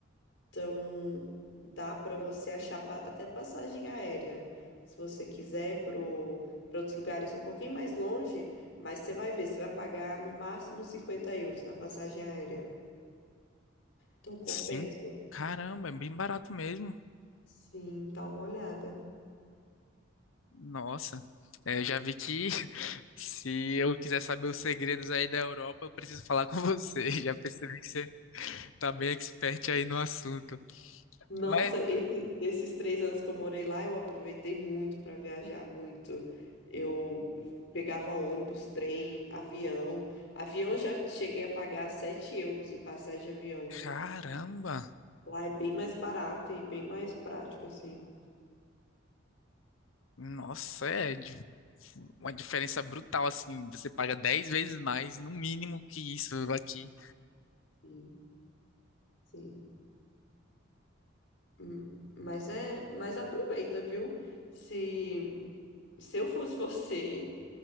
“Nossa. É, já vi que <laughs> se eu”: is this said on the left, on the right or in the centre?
Left